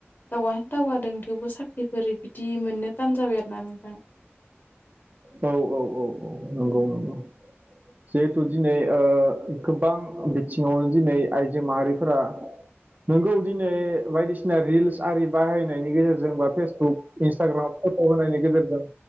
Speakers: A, on the left; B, on the right.
A: दावा दावगादों थेवबो साख्रिफोर बिदि मोननो तान जाबाय आरोना नोंथां
B: औ औ औ औ नंगौ
A: उम
B: नंगौ
A: <inaudible>
B: जिहेथु दिनै ओ गोबां बिथिङावनो दिनै आइजो माहारिफोरा नोंगौ दिनै बायदिसिना रिल्स आरि बाहायनायनि गेजेरजों बा फेसबुक इन्सटाग्राम फट' होनायनि गेजेरजों